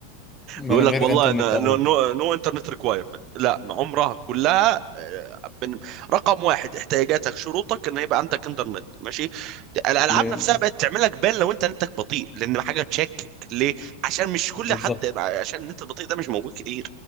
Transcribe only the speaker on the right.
بيقول
لك والله
نو
نو, نو انترنت ريكوايرمنت لا عمرها كلها آه، من- رقم واحد احتياجاتك شروطك ان يبقى عندك انترنت ماشي الالعاب
نفسها بقت تعمل لك بان لو انت نتك بطيء لان حاجه تشكك ليه عشان مش كل
حد عشان النت البطيء ده مش موجود كتير